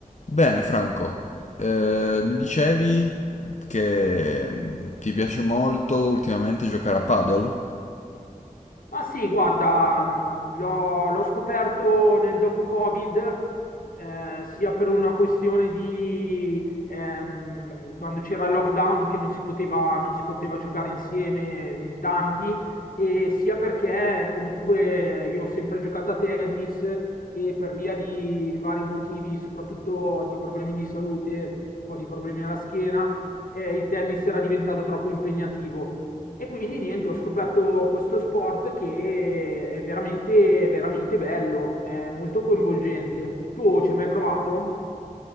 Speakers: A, on the left (about 55°); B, on the left (about 80°).
A: Bene, Franco, Eh, mi dicevi che mm, ti piace molto ultimamente giocare a paddle?
B: Ma sì, guarda, mh, l'ho l'ho scoperto nel dopo-Covid, eh, sia per una questione di ehm, quando c'era il lockdown che non si poteva, non si poteva giocare insieme in tanti, e sia perché comunque io ho sempre giocato a tennis e per via di vari motivi, soprattutto di problemi di salute, un po' di problemi alla schiena, eh, il tennis era diventato troppo impegnativo. E quindi niente, ho scoperto questo sport che è veramente, veramente bello, è molto coinvolgente. Tu ci hai mai provato?